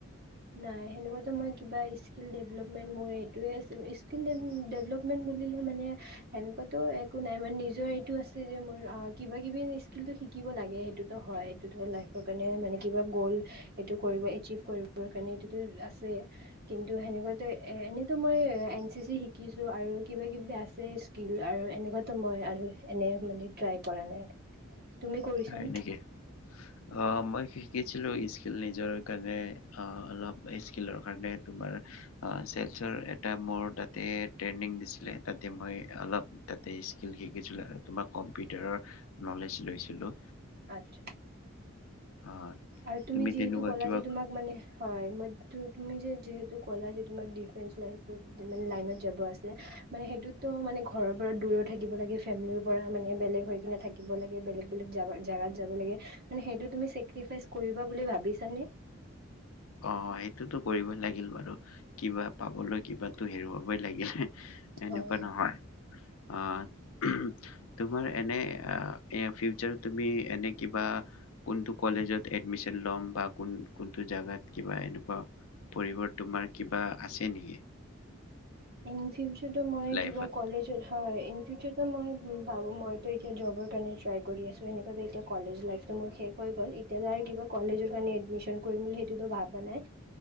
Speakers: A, on the right; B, on the left.
A: নাই সেনেকোৱাতো মোৰ কিবা স্কিলডেভলপমেন্ট মোৰ সেটোৱে আছিল স্কিলডেভলপমেন্ট বুলি মানে সেনেকোৱো একো নাই মানে নিজৰ এইটো আছে যে মোৰ কিবা কিবি কিন্তু শিকিব লাগে সেইটোতো হয় তোমাৰ লাইফৰ কাৰণে মানে কিবা গ'ল এইটো কৰিব এচিভ কৰিব কাৰণে এইটোতো আছেই কিন্তু সেনেকোৱাতে এনেইতো মই এন চি চি শিকিছোঁ আৰু কিবা কিবি আছে স্কিল আৰু এনেকুৱাতো মই আৰু এনে মানে ট্ৰাই কৰা নাই আৰু তুমি কৰিছানে
B: হয় নেকি অ মই কি কি ছিলোঁ স্কিল নিজৰ কাৰণে অলপ স্কিলৰ কাৰণে তোমাৰ চেলচৰ এটা মোৰ তাতে ট্ৰেইনিং দিছিলে তাতে মই অলপ তাতে স্কিল শিকিছিলোঁ আৰু তোমাক কম্পিউটাৰৰ নলেজ লৈছিলোঁ
A: আচ্ছা
B: অ
A: আৰু তুমি যিহেতু
B: তেনেকুৱা
A: ক'লা
B: কিবা
A: যে তোমাক মানে হয় ম তুমি যে যিহেতু ক'লা যি তোমাক ডিফেন্স লাই মে লাইনত যাব আছে মানে সেইটোতো মানে ঘৰৰ পৰা দূৰো থিব লাগে ফেমিলিৰ পৰা মানে বেলেগ হৈ কিনে থাকিব লাগে বেলেগ বেলেগ জেগাত যাব লাগে মানে সেইটো তুমি চেক্ৰিফাই কৰিব বুলি ভাবিছানে?
B: অ সেইটোতো কৰিবই লাগিল বাৰু কিবা পাবলৈ কিবা হেৰুৱাবই লাগিল। এনেকুৱা
A: হয় হয়
B: নহয়। অ তোমাৰ এনে ফিউচাৰ তুমি এনে কিবা। কোনটো কলেজত এডমিচ ল'ম বা কোনটো জাগাত কিবা এনেকুৱা পৰিবৰ তোমাৰ কিবা আছে নেকি?
A: ইমসেঞ্চ। কিন্তু মই
B: লাইফত
A: কিবা কলেজত হয় ইন ফিউচাৰ ত মই ভাবোঁ মইতো এতিয়া জবৰ কাৰণে ট্ৰাই কৰি আছোঁ সেনেকুৱো এতিয়া কলেজ লাইফটো মোৰ শেষ হৈ গ'ল এতিয়া আৰু কিবা কলেজৰ কাৰণে এডমিশন কৰিম বুলি সেইটোতো ভাবা নাই।